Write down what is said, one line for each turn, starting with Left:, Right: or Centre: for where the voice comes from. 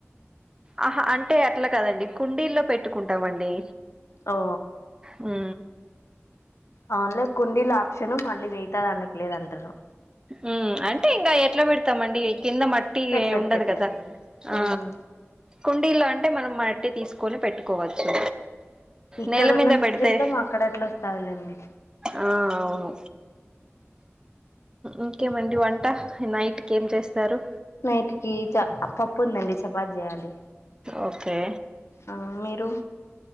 Right: ఆహా అంటే అట్ల కదండి కుండీల్లో పెట్టుకుంటామండి
Left: ఓ
Right: హు
Left: అవున్లే కుండీల ఆప్షను మళ్ళీ <unintelligible> దానికి లేదు అంటారు
Right: ఉ అంటే ఇంగ ఎట్లా పెడతామండి కింద మ టి
Left: పెట్లేదు
Right: ఏ ఉండదు
Left: పెట్లేదు
Right: కదా ఆ
Left: మ్మ్
Right: కుండీల్లో అంటే మనం మట్టి తీసుకొని పెట్టుకోవచ్చు
Left: ఇక్కడ
Right: నేల
Left: ఉన్నంత
Right: మీద పెడితే
Left: ఫ్రీడమ్ అక్కడ ఎట్ల వస్తాదిలేండి
Right: ఆ అవును ఇంకేమండి వంట నైట్కి ఏం చేస్తారు
Left: నైట్కి పప్పు ఉందండి చపాతి చేయాలి
Right: ఓకే
Left: ఆ మీరు